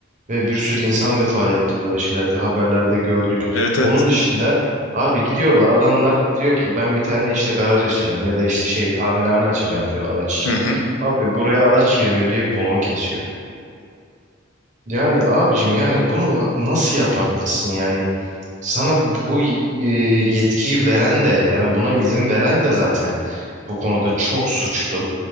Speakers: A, on the right; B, on the left.
A: Ve bir sürü insan vefat etti böyle şeylerde. Haberlerde gördük.
B: Evet evet.
A: Onun dışında abi gidiyorlar adamlar diyor ki ben bir tane işte garaj açacağım ya da işte şey tamirhane açacağım diyor araç için.
B: Hı hı.
A: Abi buraya araç girmiyor diye kolon kesiyor. Yani abicim yani bunu ha- nasıl yapabilirsin yani sana bu y- e, yetkiyi veren de yani buna izin veren de zaten bu konuda çok suçlu.